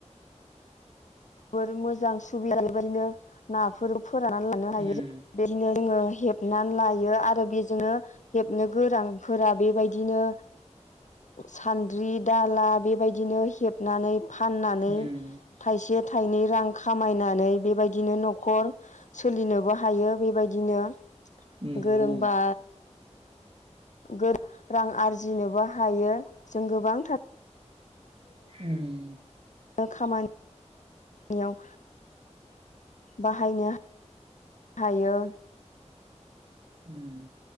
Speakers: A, on the left; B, on the right.
A: <unintelligible> ना फोर फोराननानै लानो हायो
B: उम
A: बेदिनो जोंङो हेबनानै लायो आरो बेजोंनो हेबनो गोरोंफोरा बेबायदिनो सानद्रि। दाला बेबायदिनो हेबनानै। फाननानै
B: उम
A: थाइसे थायनै रां खामायनानै। बेबायदिनो नखर सोलिनोबो हायो बेबायदिनो
B: नंगौ
A: गोरोंबा गो रां आरजि जिनोबो हायो जों गोबांथार
B: उम।
A: खामा। नियाव बाहायनो। हायो।
B: उम।